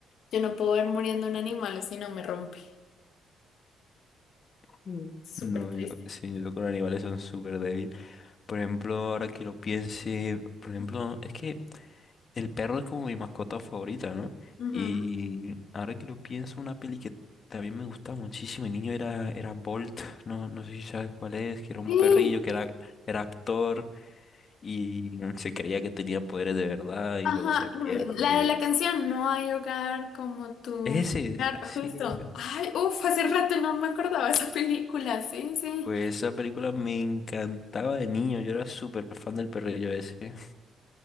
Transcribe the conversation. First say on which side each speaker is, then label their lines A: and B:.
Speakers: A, on the left (about 70°); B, on the left (about 45°).
A: Yo no puedo ver muriendo un animal o si no me rompe.
B: Mm.
A: Súper
B: No,
A: triste.
B: yo, sí, yo con animales son súper débil. Por ejemplo, ahora que lo piense, por ejemplo, es que el perro es como mi mascota favorita, ¿no?
A: Ujú.
B: Y ahora que lo pienso, una peli que también me gustaba muchísimo, el niño era, era Bolt, <laughs> no, no sé si sabes cuál es, que era un
A: Sí,
B: perrillo, que era, era actor y se creía que tenía poderes de verdad y
A: ajá,
B: luego se pierde.
A: mm, la de la canción No hay hogar como tu
B: Ese, es,
A: hogar,
B: sí,
A: justo.
B: ese.
A: Ay, uff, hace rato no me acordaba de esa película, sí, sí.
B: Pues esa película me encantaba de niño, yo era súper fan del perrillo ese.